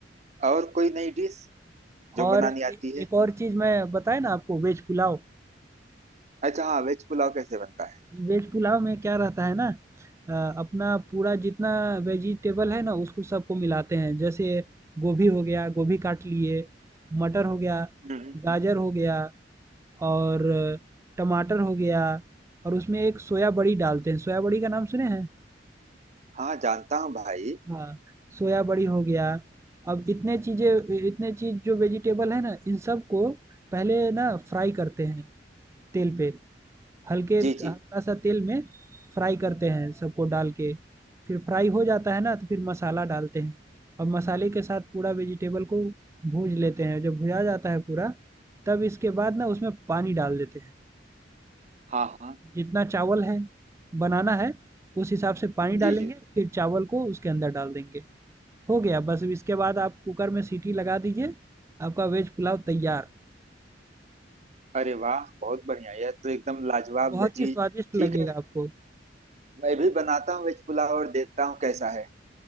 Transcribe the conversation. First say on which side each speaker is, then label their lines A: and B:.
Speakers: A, on the right; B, on the right.
A: और कोई नई डिश जो
B: और
A: बनानी
B: ए
A: आती है
B: एक और चीज़ मैं बताया ना आपको वेज पुलाव।
A: अच्छा हाँ वेज पुलाव कैसे बनता है
B: वेज पुलाव में क्या रहता है ना अ, अपना पूरा जितना वेजिटेबल है ना उसको सबको मिलाते हैं। जैसे गोभी हो गया, गोभी काट लिए, मटर हो गया,
A: हम्म हम्म,
B: गाजर हो गया और टमाटर हो गया और उसमें एक सोया बड़ी डालते हैं। सोया बड़ी का नाम सुने हैं?
A: हाँ जानता हूँ भाई
B: हाँ, सोया बड़ी हो गया। अब इतने चीज़ें इतने चीज़ जो वेजिटेबल है ना इन सबको पहले ना फ्राई करते हैं तेल पे। हल्के
A: जी जी
B: हल्का-सा तेल में फ्राई करते हैं सबको डाल के। फिर फ्राई हो जाता है ना तो फिर मसाला डालते हैं और मसाले के साथ पूरा वेजिटेबल को भूँज लेते हैं। जब भुजा जाता है पूरा, तब इसके बाद ना उसमें पानी डाल देते हैं।
A: हाँ हाँ
B: जितना चावल है बनाना है, उस हिसाब से पानी
A: जी
B: डालेंगे,
A: जी
B: फिर चावल को उसके अंदर डाल देंगे। हो गया बस अब इसके बाद आप कुकर में सीटी लगा दीजिए, आपका वेज पुलाव तैयार
A: अरे वाह बहुत बढ़िया यह तो एकदम लाजवाब
B: और बहुत
A: लजीज
B: ही स्वादिष्ट लगेगा
A: ठीक है
B: आपको।
A: मैं भी बनाता हूँ वेज पुलाव और देखता हूँ कैसा है